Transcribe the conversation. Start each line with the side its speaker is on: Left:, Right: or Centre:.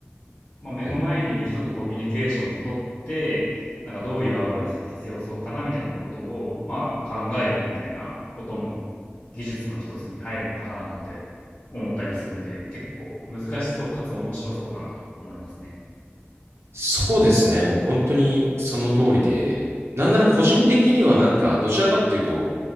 Left: まあ、目の前にいる人とコミュニケーション取って、
Right: うんうん。
Left: なんかどういうアドバイスが必要そうかなみたいなことを、まあ、考えるみたいなことも技術の一つに入るのかななんて思ったりするんで、結構難しそうかつ面白そうだなと思いますね。
Right: そうですね。もう本当にその通りで、なんなら個人的にはなんか、どちらかっていうと、